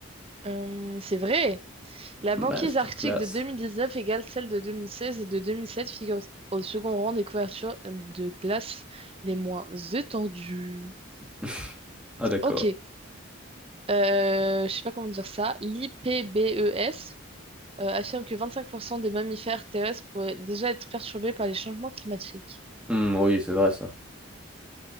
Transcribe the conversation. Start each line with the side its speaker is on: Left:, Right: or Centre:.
Right: Euh, c'est vrai. La
Centre: Masterclass.
Right: banquise arctique de 2019 égale celle de 2016 et de 2007 figure au second rang des couvertures de glace les moins étendues.
Centre: <laughs> Ah d'accord.
Right: Ok, euh, je sais pas comment dire ça, l'IPBES euh, affirme que 25% des mammifères terrestres pourraient déjà être perturbés par les changements climatiques.
Centre: Hum, oui c'est vrai ça.